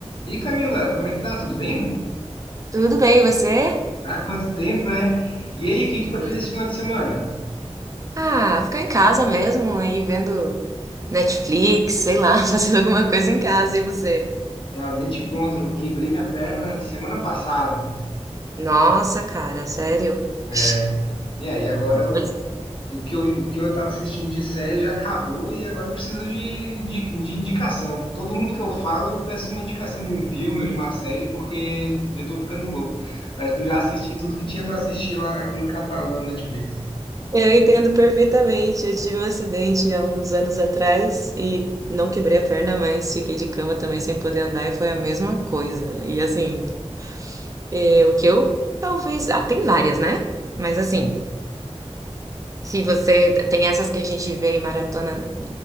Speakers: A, on the left; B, on the right.
A: E Camila, como é que tá? Tudo bem?
B: Tudo bem, e você?
A: Ah, quanto tempo, né? E aí, o que que
B: Ui.
A: vai fazer esse final de semana?
B: Ah, ficar em casa mesmo, aí vendo Netflix, sei lá, <laughs> fazendo alguma coisa em casa, e você?
A: Não, nem te conto, eu quebrei minha perna semana passada.
B: Nossa, cara, sério? <laughs>
A: É. E aí, agora eu,
B: mas-
A: eu- o que eu, o que eu tava assistindo de série já acabou e agora eu preciso de, de, de indicação. Todo mundo que eu falo, eu peço uma indicação de um filme ou de uma série, porque eu já tô ficando louco. Parece que eu já assisti tudo que tinha pra assistir lá aqui no catálogo da Netflix.
B: Eu entendo perfeitamente. Eu tive um acidente há uns anos atrás e não quebrei a perna, mas fiquei de cama também sem poder andar e foi a mesma coisa. E assim, é, o que eu talvez. Ah, tem várias, né? Mas assim, se você tem essas que a gente vê em maratona.